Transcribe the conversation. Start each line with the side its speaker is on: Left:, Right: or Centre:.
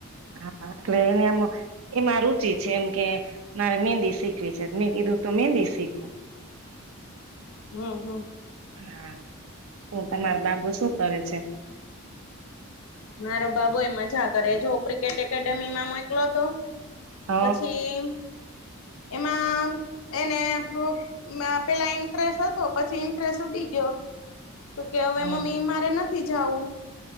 Right: હા એટલે એને આમ એમાં રુચિ છે એમ કે મારે મેંહદી શીખવી છે મેં કીધું તો મહેંદી શીખવું
Left: હું હું
Right: હા તો તમારા બાબો શું કરે છે
Left: મારો બાબુ એ મજા કરે જો ક્રિકેટ એકેડેમીમાં મોકલ્યો તો
Right: હ
Left: પછી એ એમાં એને મે પેલા ઇન્ટરેસ્ટ હતો પછી ઇન્ટરેસ્ટ ઉડી ગયો તો કે હવે
Right: હમ
Left: મમ્મી મારે નથી થી જાઉું